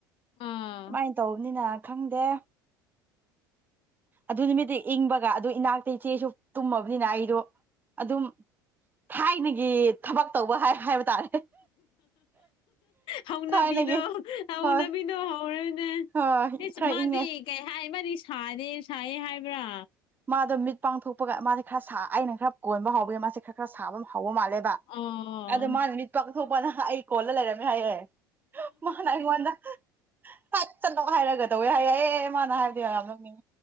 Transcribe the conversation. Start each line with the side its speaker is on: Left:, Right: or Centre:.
Left: ꯑꯥ
Right: ꯑꯃꯥꯏꯅ ꯇꯧꯕꯅꯤꯅ ꯈꯪꯗꯦ꯫ ꯑꯗꯨ ꯅꯨꯃꯤꯠꯇꯨ ꯏꯪꯕꯒ ꯑꯗꯨ ꯏꯅꯥꯛꯇ ꯏꯆꯦꯁꯨ ꯇꯨꯝꯃꯕꯅꯤꯅ ꯑꯩꯗꯣ ꯑꯗꯨꯝ ꯊꯥꯏꯅꯒꯤ ꯊꯕꯛ ꯇꯧꯕ ꯍꯥꯏꯕ ꯇꯥꯔꯦ꯫
Left: ꯍꯧꯅꯕꯤꯗꯣ
Right: ꯊꯥꯏꯅꯒꯤ
Left: ꯍꯧꯅꯕꯤꯗꯣ
Right: ꯍꯣꯏ
Left: ꯍꯧꯔꯦꯅꯦ꯫
Right: ꯍꯣꯏ
Left: ꯑꯦꯁ
Right: ꯈꯔ
Left: ꯃꯥꯗꯤ
Right: ꯏꯪꯉꯦ
Left: ꯀꯩ ꯍꯥꯏ ꯃꯥꯗꯤ ꯁꯥꯗꯦ ꯁꯥꯏꯌꯦ ꯍꯥꯏꯕ꯭ꯔꯥ꯫
Right: ꯃꯥꯗꯣ ꯃꯤꯠ ꯄꯥꯡꯊꯣꯛꯄꯒ ꯃꯥꯁꯦ ꯈꯔ ꯁꯥ ꯑꯩꯅ ꯈꯔ ꯀꯣꯟꯕ ꯍꯥꯎꯕ ꯃꯥꯁꯦ ꯈꯔ ꯈꯔ ꯁꯥꯕ ꯑꯃ ꯍꯧꯕ ꯃꯥꯜꯂꯦꯕ
Left: ꯑꯣ
Right: ꯑꯗꫭ ꯃꯥꯅ ꯃꯤꯠ ꯄꯥꯡꯊꯣꯛꯄꯀꯥꯟꯅ ꯑꯩ ꯀꯣꯜꯂ ꯂꯩꯔꯝꯃꯦ ꯍꯥꯏꯌꯦ꯫ ꯃꯥꯅ ꯑꯩꯉꯣꯟꯗ ꯐꯠ ꯆꯠꯂꫭ ꯍꯥꯏꯔꯒꯗꯧꯋꯦ ꯍꯥꯏꯌꯦ ꯑꯦ ꯃꯥꯅ ꯍꯥꯏꯕꯗꯤ ꯌꯥꯝ ꯅꫭꯛꯅꯤꯡ